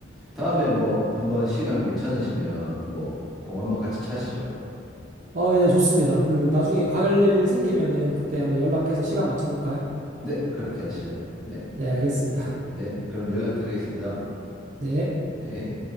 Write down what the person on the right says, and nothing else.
아, 네 좋습니다. 그 나중에 갈 일 생기면은 그때 한번 연락해서 시간 맞춰볼까요?
네, 알겠습니다.
네.